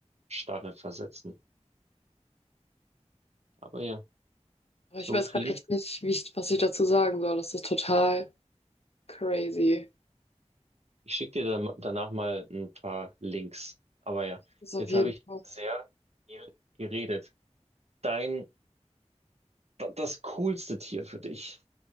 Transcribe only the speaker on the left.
Aber
ich weiß
gerade echt nicht, wie ich, was ich dazu sagen soll. Das ist total crazy.
Das ist auf
jeden
Fall.